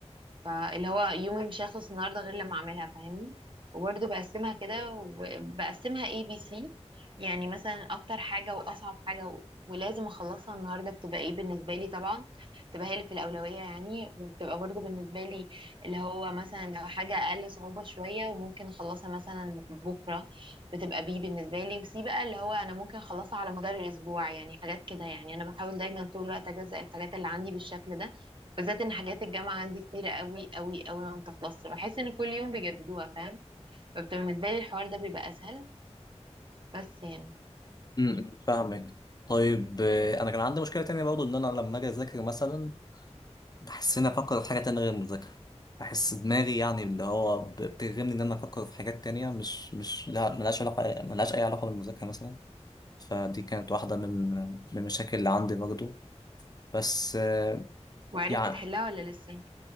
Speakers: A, on the right; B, on the left.
A: فاللي هو يومي مش هيخلص النهارده غير لما اعملها فاهمني وبرده بقسمها كده وبقسمها اي بي سي يعني مثلا اكتر حاجه واصعب حاجه و- ولازم اخلصها النهارده بتبقى ايه بالنسبه لي طبعا بتبقى هي اللي في الاولويه يعني وبتبقى برضو بالنسبه لي اللي هو مثلا لو حاجه اقل صعوبه شويه وممكن اخلصها مثلا بكره بتبقى بي بالنسبه لي وسي بقى اللي هو انا ممكن اخلصها على مدار الاسبوع يعني حاجات كده يعني انا بحاول دايما طول الوقت اجزأ الحاجات اللي عندي بالشكل ده بالذات ان حاجات الجامعه عندي كتيره قوي قوي قوي ما بتخلصش بحس ان كل يوم بيجددوها فاهم فبتبقى بالنسبه لي الحوار ده بيبقى اسهل بس يعني
B: امم فاهمك طيب آه، انا كان عندي مشكله تانية برضو ان انا لما اجي اذاكر مثلا بحس اني افكر في حاجه تانية غير المذاكره بحس دماغي يعني اللي هو ب- بترغمني ان انا افكر في حاجات تانية مش مش لا ملهاش علاقه ملهاش اي علاقه بالمذاكره مثلا فدي كانت واحدة من من المشاكل اللي عندي برضو بس آه،
A: وعرفت
B: يعني
A: تحلها ولا لسه